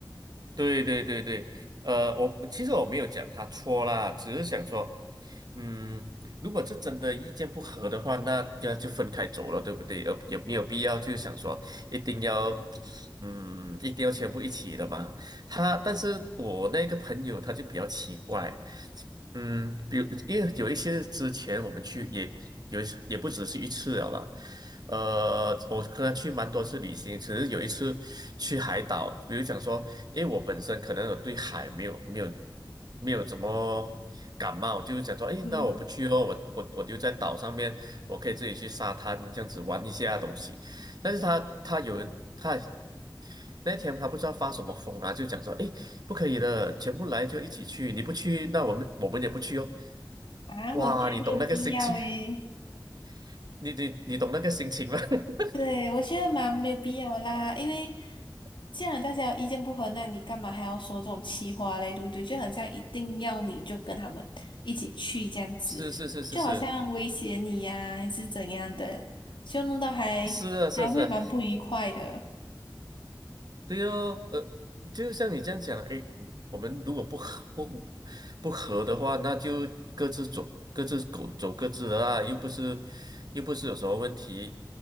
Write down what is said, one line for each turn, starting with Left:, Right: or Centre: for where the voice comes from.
Right: 对对对对，呃，我其实我没有讲他错啦，只是想说，嗯，如果是真的意见不合的话，那要就分开走了，对不对？有有没有必要就是想说一定要，嗯，一定要全部一起的嘛？他，但是我那个朋友他就比较奇怪，嗯，比如因为有一些之前我们去也有一次也不只是一次了啦，呃，我跟他去蛮多次旅行，只是有一次去海岛，比如讲说，因为我本身可能我对海没有没有没有怎么感冒，就是讲说，哎，
Left: 嗯，
Right: 那我不去哦，我我我留在岛上面，我可以自己去沙滩这样子玩一下东西。但是他他有人他那天他不知道发什么疯啊，就讲说，诶，不可以的，全部来就一起去，你不去，那我们我们也不去哦。
Left: 啊，
Right: 哇，
Left: 我觉得没有必要诶。
Right: 你懂那个心情，<laughs> 你你你懂那个心情吗？<laughs>
Left: 对，我觉得蛮没有必要的啦，因为既然大家有意见不合，那你干嘛还要说这种气话嘞？对不对？就好像一定要你就跟他们一起去这样子，
Right: 是是是是是
Left: 就好像威胁你呀、还是怎样的，就弄到还还会蛮不愉快的。
Right: 是啊是啊是啊，对哦，呃，就像你这样讲，诶，我们如果不合不不合的话，那就各自走各自走走各自的啊，又不是又不是有什么问题，